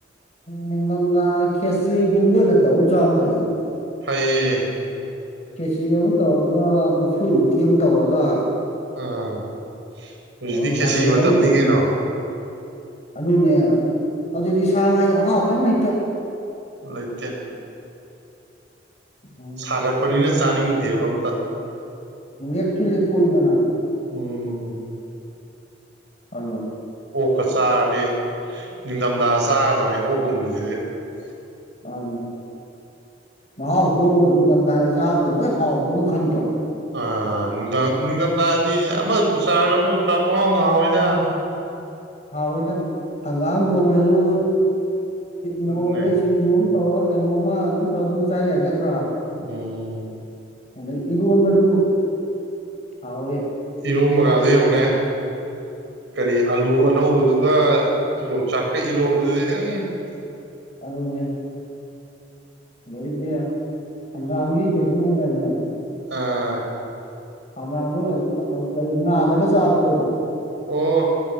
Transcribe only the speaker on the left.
ꯎ ꯅꯝꯗ ꯈꯦꯁ꯭ꯔꯤꯒꯃꯒ ꯅ ꯇꯧ ꯆ ꯐꯩ
ꯀꯦꯁꯤꯒꯕꯨ ꯇꯒ ꯎꯠꯁꯣꯏ ꯎꯇꯤ ꯑꯃ ꯇꯧꯔꯒ
ꯑ
ꯃꯥꯏꯔꯦꯟ
ꯑꯃꯥ ꯊꯣꯡꯉꯥ
ꯑꯗꯨꯅꯦ ꯑꯗꯨꯗꯤ ꯁꯉ ꯍꯥꯎ ꯀꯩ ꯏꯇ
ꯎꯝ
ꯑꯦꯆꯂꯤ ꯊꯣꯏꯗꯅ
ꯑ
ꯃꯅꯦ ꯃꯍꯦꯖꯨ ꯑꯦꯡꯗꯝꯗ ꯆꯥ ꯂꯣꯏ ꯍꯥꯎꯕꯗꯧ ꯈꯟꯗ꯭ꯔꯣ
ꯍꯥꯎꯑꯣꯏꯗ ꯍꯪꯒꯥꯝ ꯊꯣꯡꯉꯁꯨ ꯃꯣꯔꯝꯃꯦ
ꯁꯤꯁꯤꯡꯖꯨꯝ ꯇꯧꯔ ꯀꯩꯅꯣꯃ ꯑꯗꯨꯝꯧ ꯑꯗꯨꯝ ꯆꯥ ꯌꯥꯏ <unintelligible>
ꯑꯗ ꯏꯒ ꯑꯣꯟ ꯃꯒ ꯍꯥꯎꯋꯦ
ꯑꯗꯅ ꯅꯕꯤꯗꯌꯥ <inaudible> ꯑꯥꯡꯒ ꯀꯦ ꯑꯗꯨꯃꯥꯏꯂꯅ
ꯑꯅꯉꯨ ꯇꯔ <inaudible> ꯏ ꯑꯥꯜꯂꯒ ꯆꯥꯕꯗꯣ